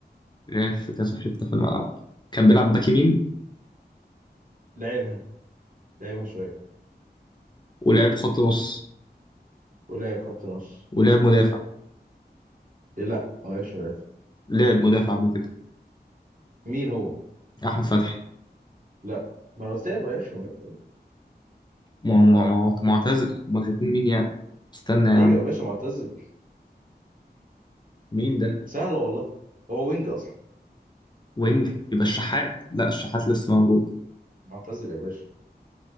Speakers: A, on the left (about 25°); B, on the right (about 50°).
A: لعب في كذا حته في الملعب كان بيلعب باك يمين
B: لعبها لعبها شويه
A: ولعب خط نص
B: ولعب خط نص
A: ولعب مدافع
B: إيه لا ما لعبش مدافع
A: لعب مدافع قبل كده
B: مين هو
A: احمد فتحي
B: لا ما انا قلت لك ما لعبش مدافع.
A: مع- مع- مع- معتزل امال هيكون مين يعني استنى يا
B: ايوه
A: عم
B: يا باشا معتزل
A: مين ده
B: سهله والله هو وينج اصلا
A: وينج يبقى الشحات لا الشحات لسه موجود
B: معتزل يا باشا